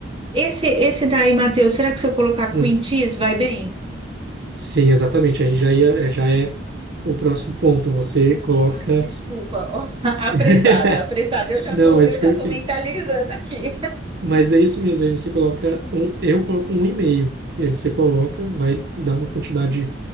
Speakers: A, on the right; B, on the right.
A: Esse, esse daí, Matheus, será que se eu colocar
B: Um
A: cream cheese vai bem?
B: Sim, exatamente. Aí já ia, é, já é o próximo ponto. Você coloca.
A: Ai, desculpa. Ó, <laughs> Apressada,
B: <laughs>
A: apressada. Eu já
B: Não,
A: tô,
B: mas
A: eu
B: perfeito.
A: já tô mentalizando aqui.
B: Mas é isso mesmo. Aí você coloca um. Eu coloco um e-mail. E aí você coloca, vai dar uma quantidade